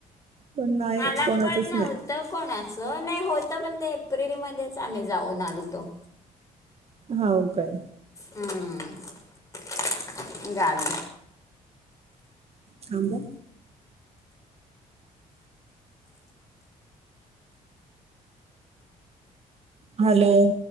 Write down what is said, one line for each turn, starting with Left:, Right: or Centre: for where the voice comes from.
Right: पण नाही
Left: मला
Right: कोणाचंच
Left: पण नव्हतं
Right: नाही.
Left: कोणाचं नाही होत पण ते एप्रिल मध्येच आम्ही जाऊन आलतो.
Right: हाव काय?
Left: हम्म गावी
Right: थांबा हॅलो